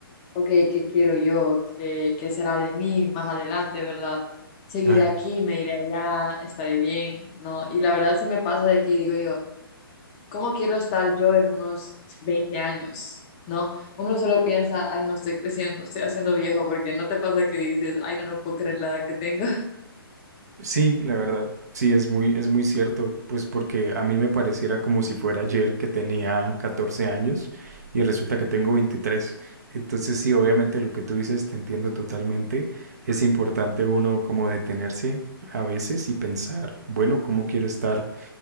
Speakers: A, on the left (about 15°); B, on the right (about 40°).
A: ok, ¿qué quiero yo? ¿Qué, qué será de mí más adelante, verdad? ¿Seguiré
B: Ay,
A: aquí? ¿Me iré allá? ¿Estaré bien? ¿No? Y la verdad sí me pasa de que digo yo. ¿cómo quiero estar yo en unos 20 años? ¿No? Uno solo piensa, ay, no estoy creciendo, estoy haciendo viejo, porque no te pasa que dices, ay, no, no puedo creer la edad que tengo.
B: Sí, la verdad, sí, es muy, es muy cierto, pues porque a mí me pareciera como si fuera ayer que tenía 14 años y resulta que tengo veintitrés, Entonces sí, obviamente lo que tú dices te entiendo totalmente. Es importante uno como detenerse a veces y pensar, bueno, ¿cómo quiero estar